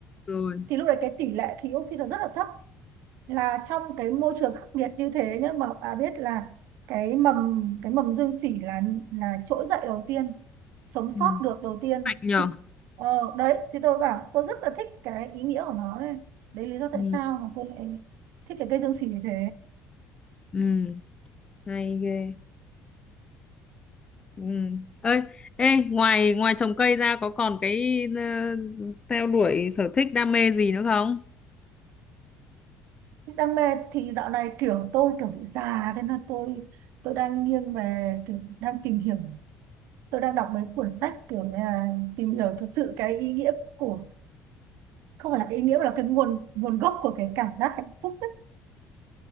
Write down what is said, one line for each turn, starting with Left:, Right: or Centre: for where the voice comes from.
Left: rồi
Right: thì lúc đấy cái tỷ lệ khí oxy nó rất là thấp là trong cái môi trường khắc nghiệt như thế nhá mà bà biết là cái mầm cái mầm dương sỉ là là trỗi dậy đầu tiên sống sót
Left: ừ
Right: được đầu tiên
Left: mạnh nhở
Right: thì ờ, đấy thì tôi bảo tôi rất là thích cái ý nghĩa của nó đấy đấy lý do tại
Left: ừ.
Right: sao mà tôi lại thích cái cây dương sỉ như thế
Left: ừ hay ghê ừ ơi ê ngoài ngoài trồng cây ra có còn cái ờ, theo đuổi sở thích đam mê gì nữa không
Right: đam mê thì dạo này kiểu tôi kiểu bị già thế nên tôi tôi đang nghiêng về kiểu đang tìm hiểu tôi đang đọc mấy cuốn sách kiểu như là tìm hiểu thực sự cái ý nghĩa của không phải là cái ý nghĩa mà là cái nguồn nguồn gốc của cái cảm giác hạnh phúc ấy.